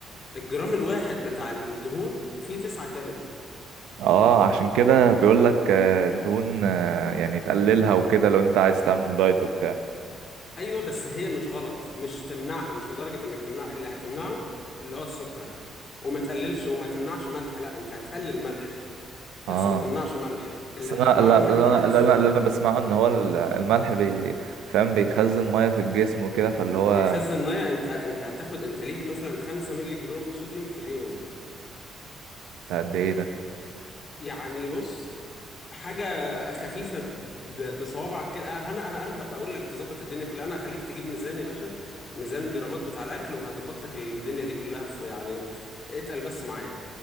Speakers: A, on the left; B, on the right.
A: الجرام الواحد بتاع الدهون فيه 9 كالوري
B: اه عشان كده بيقول لك آه، دهون آه، يعني تقللها وكده لو انت عايز تعمل دايت وبتاع
A: ايوه بس هي مش غلط مش تمنعها مش لدرجه انك تمنع اللي هتمنعه اللي هو السكر وما تقللش وما تمنعش ملح لا انت هتقلل ملح بس
B: اه
A: ما تمنعش ملح اللي
B: بس
A: هتمنعه
B: انا لا
A: الحاجه
B: لا لا
A: الوحيده السكر
B: لا لا لا انا بسمعه ان هو ال- الملح بي فاهم بيخزن ميه في الجسم وكده فاللي هو
A: بيخزن ميه انت انت هتاخد انت ليك مثلا 5 مللي جرام صوديوم في اليوم
B: ده قد ايه ده
A: يعني بص حاجه خفيفه ب- بصوابعك كده أه، انا أه، انا هبقى اقول لك تظبط الدنيا كلها انا هخليك تجيب ميزان يا باشا ميزان جرامات بتاع الاكل وهظبط لك الدنيا دي كلها في يعني اتقل بس معايا